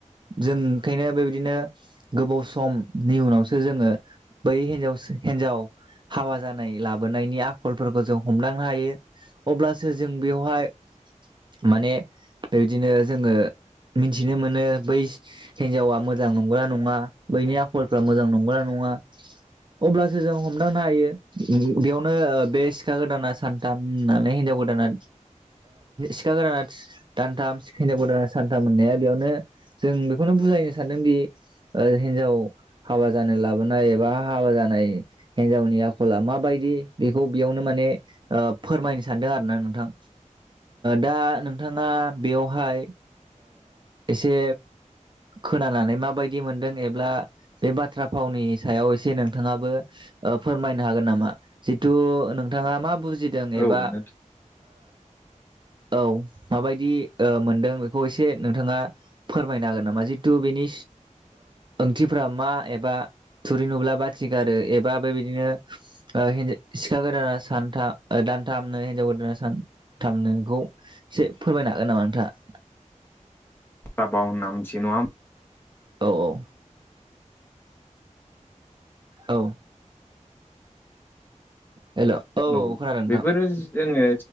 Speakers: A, on the right (about 35°); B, on the left (about 15°).
A: जों ओंखायनो बेबायदिनो गोबाव समनि उनावसो जोङो बै हिनजाव हिनजाव हाबा जानाय लाबोनायनि आखलफोरखौ जों हमदांनो हायो अब्लासो जों बेवहाय माने बेबादिनो जोङो मिथिनो मोनो बै हिनजावा मोजां नंगोना नङा बैनि आखलफ्रा मोजां नंगोना नङा अब्लासो जों हम दांनो हायो बेयावनो बे सिखा गोदाना सानथाम होननानै हिनजाव गोदाना सिखा गोदाना दानथाम हिनजाव गोदान सानथाम होननाया बेयावनो जों बेखौनो बुजायनो सानदोंदि हिनजाव हाबा जानो लाबोनाय एबा हाबा जानाय हिन्जावनि आखला माबायदि बेखौ बेयावनो माने फोरमायनो सानदों आरो ना नोंथां दा नोंथाङा बेयावहाय एसे खोनानानै माबायदि मोनदों एब्ला बे बाथ्रा फावनि सायाव एसे नोंथाङाबो फोरमायनो हागोन नामा जिथु नोंथाङा मा बुजि दों
B: औ
A: एबा
B: नोंथां
A: औ माबायदि मोनदों बेखौ एसे नोंथाङा फोरमायनो हागोन नामा जिथु बेनि ओंथिफ्रा मा एबा थुरि नुब्ला बाथि गारो एबा बेबायदिनो सिखा गोदाना सानथाम दानथामनो हिनजाव गोदाना सानथामनोखौ एसे फोरमायनो हागोन नामा नोंथाङा
B: <unintelligible> बाव होनना मिथियो नङा होम
A: औ औ औ हेल'
B: औ
A: खोनादों नोंथां
B: बेफोर जोङो